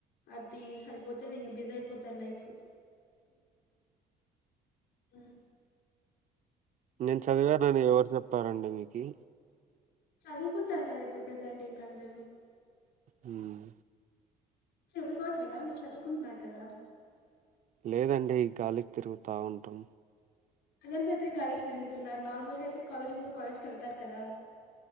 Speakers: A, on the left (about 85°); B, on the right (about 45°).
A: అది సరిపోతేది ఇంకా బిజ ప్పుతర్ ైఫ్ హ ఆ
B: నేను చదివాను నని ఎవరు చెప్పారంండి మీక్ కి
A: చదువుకుంటారు కదా ఇప్పుడు ప్రజెంట్ ఇంకందరూ
B: హమ్
A: చదువుకోవట్లేదా మీరు చదువుకుంటున్నారు కదా
B: లేదండి ఈ గాలికి తిరుగుతా ఉంటాం
A: ప్రెసెంట్ ఆయితె గలికి తిగుతున్నారు నార్మల్ తే కాలజ వునాపుడు కాలజకి కె తర్ కద